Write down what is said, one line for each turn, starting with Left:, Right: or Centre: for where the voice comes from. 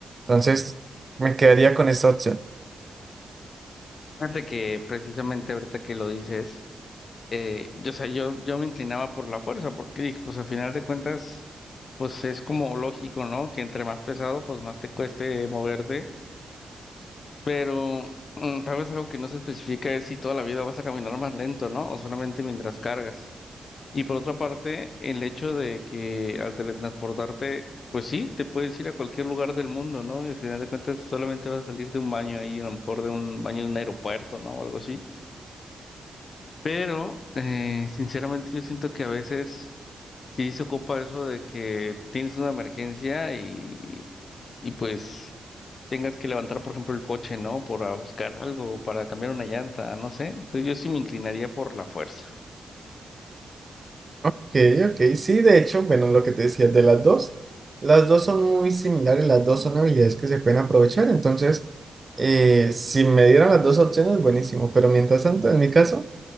Right: Entonces, me quedaría con esta opción.
Left: Fíjate que precisamente ahorita que lo dices. eh, yo, o sea, yo, yo me inclinaba por la fuerza, porque dije, pues al final de cuentas, pues es como lógico, ¿no? Que entre más pesado, pues más te cueste moverte, pero mm, tal vez algo que no se especifica es si toda la vida vas a caminar más lento, ¿no? O solamente mientras cargas. Y por otra parte, el hecho de que al teletransportarte, pues sí, te puedes ir a cualquier lugar del mundo, ¿no? Y al final de cuentas solamente vas a salir de un baño ahí, a lo mejor de un baño de un aeropuerto, ¿no? O algo así Pero, eh, sinceramente, yo siento que a veces sí se ocupa eso de que tienes una emergencia y, y pues tengas que levantar, por ejemplo, el coche, ¿no? Para buscar algo, para cambiar una llanta, no sé. Entonces yo sí me inclinaría por la fuerza.
Right: ok, ok, sí, de hecho, bueno, lo que te decía de las dos, las dos son muy similares, las dos son habilidades que se pueden aprovechar, entonces, eh, si me dieran las dos opciones, buenísimo, pero mientras tanto, en mi caso,